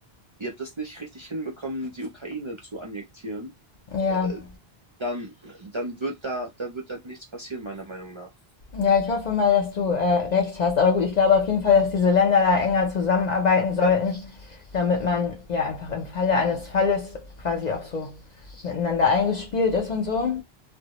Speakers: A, on the right (about 40°); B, on the left (about 55°).
A: ihr habt das nicht richtig hinbekommen, die Ukraine zu annektieren,
B: ja.
A: äh, dann, dann wird da, dann wird da nichts passieren, meiner Meinung nach.
B: Ja, ich hoffe mal, dass du äh, recht hast. Aber gut, ich glaube auf jeden Fall, dass diese Länder da enger zusammenarbeiten sollten, damit man ja einfach im Falle eines Falles quasi auch so miteinander eingespielt ist und so.